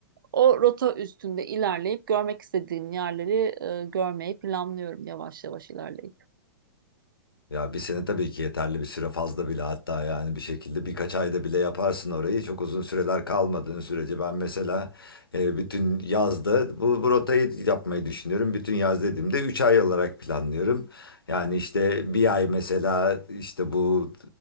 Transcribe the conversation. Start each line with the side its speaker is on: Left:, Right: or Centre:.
Right: o rota üstünde ilerleyip görmek istediğim yerleri e, görmeyi planlıyorum yavaş yavaş ilerleyip.
Left: Ya bir sene tabii ki yeterli bir süre fazla bile hatta yani bir şekilde birkaç ayda bile yaparsın orayı. Çok uzun süreler kalmadığın sürece ben mesela e, bütün yazda bu, bu rotayı yapmayı düşünüyorum. Bütün yaz dediğimde 3 ay olarak planlıyorum. Yani işte bir ay mesela işte bu